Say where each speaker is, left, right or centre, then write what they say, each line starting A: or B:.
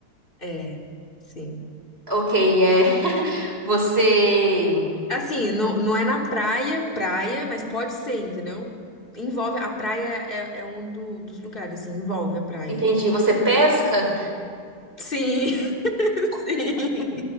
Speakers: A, on the left; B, on the right.
A: é, sim.
B: Ok, é. <laughs> Você.
A: Assim, não, não é na praia, praia, mas pode ser, entendeu? Envolve, a praia é, é um do- dos lugares, assim, envolve a praia.
B: Entendi. Você pesca?
A: Sim, <laughs> sim,